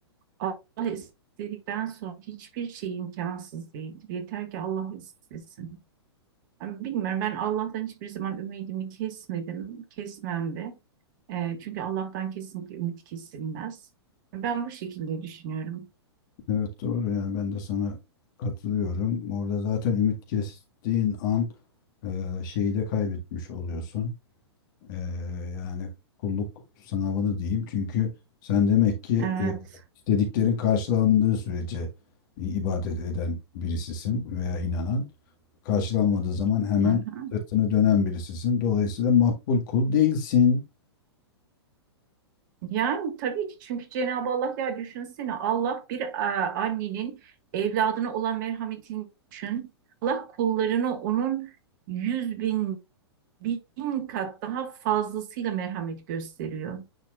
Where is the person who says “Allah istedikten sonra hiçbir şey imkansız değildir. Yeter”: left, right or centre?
Right